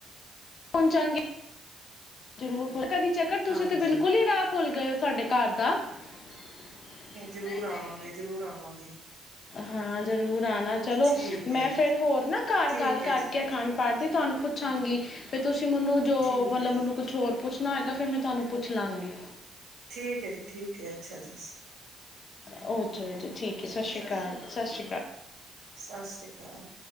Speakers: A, on the left (about 55°); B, on the right (about 85°).
A: ਪੋਚੰਗੇ ਜਰੂਰ ਪੋ ਚੈਕ ਕਰ ਤੁਸੀਂ
B: ਹਾਂਜੀ
A: ਤੇ ਬਿਲਕੁਲ ਹੀ ਰਾਹ ਭੁੱਲ ਗਏ ਹੋ ਸਾਡੇ ਘਰ ਦਾ ਨਹੀਂ
B: ਜ਼ਰੂਰ ਆਵਾਂਗੇ
A: ਨਹੀਂ
B: ਜ਼ਰੂਰ ਆਵਾਂਗੇ
A: ਹਾਂ ਜਰੂਰ ਨਾ ਚਲੋ
B: ਠੀਕ ਹੈ
A: ਮੈਂ
B: ਜੀ
A: ਫਿਰ ਹੋਰ ਨਾ ਕਾਰ
B: ਠੀਕ
A: ਗੱਲ
B: ਹੈ
A: ਕਰਕੇ
B: ਜੀ
A: ਖਾਣ ਪਾਣ ਦੀ ਤੁਹਾਨੂੰ ਪੁੱਛਾਂਗੀ ਤੁਸੀ ਮੈਨੂੰ ਜੋ
B: ਠੀਕ
A: ਮਤਲਬ
B: ਹੈ ਜੀ
A: ਮੈਨੂੰ ਪੁੱਛਣਾ ਹੋਏਗਾ ਫਿਰ ਮੈਂ ਤੁਹਾਨੂੰ ਪੁੱਛ ਲਵਾਂਗੀ
B: ਠੀਕ ਹੈ ਜੀ ਠੀਕ ਹੈ ਅੱਛਾ ਜੀ
A: ਓਹ ਅੱਛਾ ਅੱਛਾ ਠੀਕ ਐ ਸਤ ਸ਼੍ਰੀ ਆਕਾਲ ਸਤ ਸ਼੍ਰੀ ਅਕਾਲ
B: ਸਤ ਸ਼੍ਰੀ ਅਕਾਲ